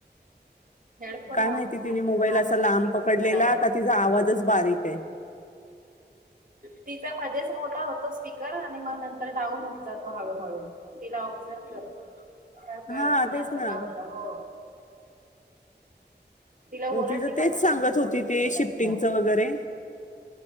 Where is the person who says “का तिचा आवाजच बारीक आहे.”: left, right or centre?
Left